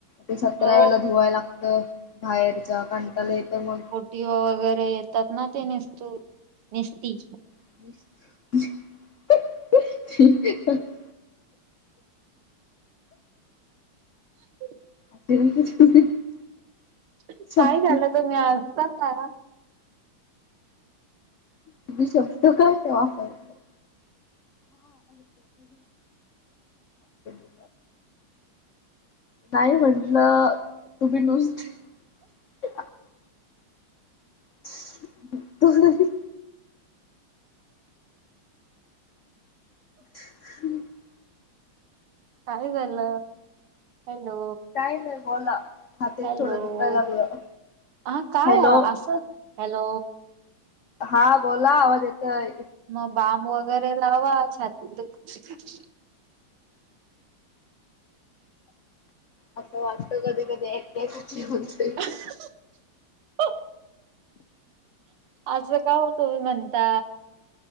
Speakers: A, on the left; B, on the right.
A: ते सतरा
B: हो
A: वेला धुवाय लागतं, बाहेरचा कंटाला येतं मग.
B: ते वगैरे येतात ना ते निस्तु निस्ती
A: <unintelligible>
B: <inaudible>
A: <unintelligible>
B: काय
A: शक्ती
B: झालं, तुम्ही हसता का?
A: तुम्ही शब्द काय बी वापरता. <inaudible> नाही म्हंटलं, तुम्ही नुसते <unintelligible> <unintelligible>
B: काय झालं. हॅलो,
A: काय नाही बोला छातीत
B: हॅलो.
A: थोडं दुखायला लागलं
B: हा काय
A: हॅलो
B: असं, हॅलो.
A: हा बोला आवाज येतोय.
B: मग बाम वगैरे लावा, छातीत दुखतय तर.
A: असं वाटत कधी कधी, एकट्याची जीव जाईल.
B: <unintelligible> आस का हो, तुम्ही म्हणता.